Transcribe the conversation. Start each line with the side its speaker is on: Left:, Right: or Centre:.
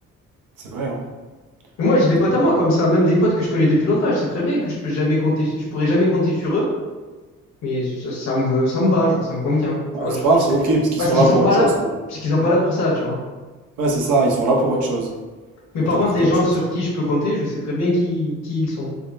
Right: C'est vrai, hein.
Left: Et moi, j'ai des
Right: Totalement.
Left: potes à moi comme ça, même des potes que je connais depuis longtemps, je sais très bien que je peux jamais compter, je pourrais jamais compter sur eux, mais ça, ça me, ça me va, genre, ça me convient.
Right: Ouais,
Left: Tu vois,
Right: c'est
Left: je-
Right: pas
Left: parce
Right: grave, c'est
Left: que,
Right: ok, parce qu'ils
Left: parce
Right: sont
Left: qu'ils
Right: là pour
Left: sont pas
Right: autre
Left: là,
Right: chose, quoi.
Left: parce qu'ils sont pas là pour ça, tu vois.
Right: Ouais, c'est ça, ils sont là pour autre chose.
Left: Mais
Right: Ils vont
Left: par
Right: t'apporter
Left: contre, les gens
Right: autre chose.
Left: sur qui je peux compter, je sais très bien qui, qui ils sont.